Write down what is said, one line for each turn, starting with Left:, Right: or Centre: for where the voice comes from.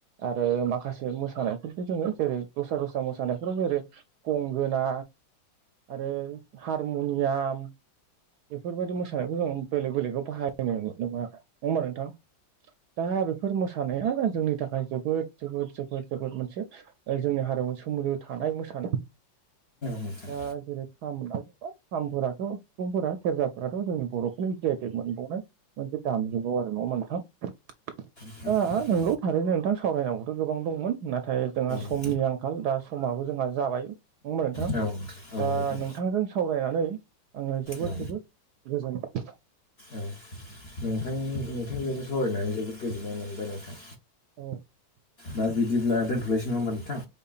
Right: आरो माखासे मोसानायफोरखौ जोङो जेरै दस्रा दस्रा मोसानायफोराव जेरै गंगोना आरो हारमुनियाम बेफोरबायदि मोसानायखौ जों बेलेग बेलेगाव बाहायनाय नुनो <unintelligible> आरो नङा होमबा नोंथां? दा बेफोर मोसानाया जोंनि थाखाय जोबोद जोबोद जोबोद जोबोद मोनसे ओ जोंनि हारिमजों सोमोन्दो थानाय मोसानाय
Left: नोंथां
Right: दा जेरै खाम होनना बुंबा खामफोराथ' सुबुंफोरा सेरजाफोराथ' जोंनि बर'फोरनि जि आइ टेक मोनबावनाय। मोनसे दामजोबाव आरो ना मोनथाम
Left: थारैनो
Right: दा नोंगौ थारैनो नोंथां सावरायनांगौथ' गोबां दंमोन नाथाय जोंहा समनि
Left: औ
Right: आंखाल दा समाबो जोंहा जाबाय नङा होमबा नोंथां
Left: औ नोंथां
Right: दा
Left: औ नोंथां
Right: नोंथांजों सावरायनानै आङो जोबोद
Left: औ
Right: जोबोद गोजोनदों।
Left: औ। नोंथां नोंथांजोंबो सावरायनानै जोबोद गोजोननाय मोनबाय नोंथां।
Right: औ
Left: दा बिदिब्ला दोनथ'लायसै नङा होनबा नोंथां?